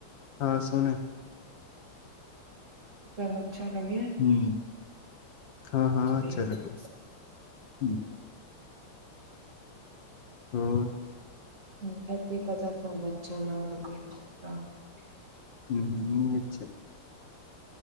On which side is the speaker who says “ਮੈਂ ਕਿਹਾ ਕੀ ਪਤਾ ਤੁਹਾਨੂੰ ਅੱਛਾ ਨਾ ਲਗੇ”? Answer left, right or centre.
Right